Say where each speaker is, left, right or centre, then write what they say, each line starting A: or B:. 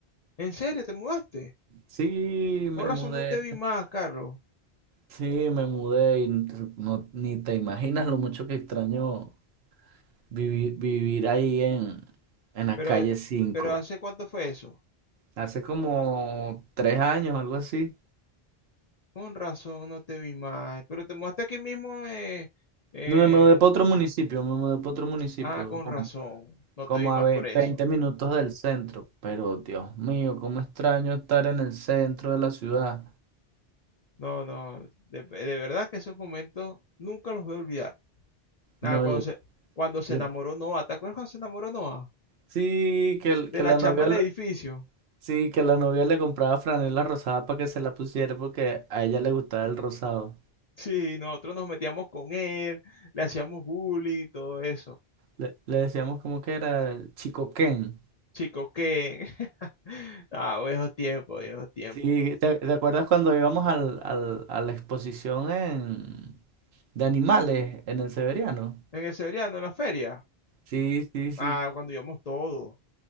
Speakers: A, on the left; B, on the right.
A: ¿En serio te mudaste?
B: Sí, me
A: Con razón
B: mudé,
A: no te vi más, Carlos.
B: sí, me mudé y n- no, ni te imaginas lo mucho que extraño vivir, vivir ahí en, en la
A: Pero,
B: calle cinco
A: pero ¿hace cuánto fue eso?
B: Hace como tres años, algo así.
A: Con razón, no te vi más. Pero te mudaste aquí mismo. eh, eh,
B: No, me mudé para otro municipio, me mudé para otro municipio,
A: ah, con
B: como,
A: razón, no
B: como
A: te vi más
B: a ve-
A: por eso.
B: veinte minutos del centro. Pero Dios mío, cómo extraño estar en el centro de la ciudad.
A: No, no, de, de verdad que esos momentos nunca los voy a olvidar. Nada,
B: No,
A: cuando
B: yo,
A: se, cuando se
B: yo
A: enamoró Noah, ¿te acuerdas cuando se enamoró Noah?
B: sí que, el-
A: De
B: que
A: la
B: la
A: chama
B: novia,
A: del
B: le-
A: edificio.
B: sí, que la novia le compraba franela rosada para que se la pusiera porque a ella le gustaba el rosado.
A: Sí, nosotros nos metíamos con él, le hacíamos bullying, todo eso.
B: Le, le decíamos como que era el Chico Ken.
A: Chico, ¿qué? <laughs> Ah, viejos tiempos, viejos tiempos.
B: Sí, ¿te, te acuerdas cuando íbamos al, al- a la exposición en, de animales en el Severiano.
A: En el Severiano, en la feria.
B: Sí, sí,
A: Ah,
B: sí.
A: cuando íbamos todos.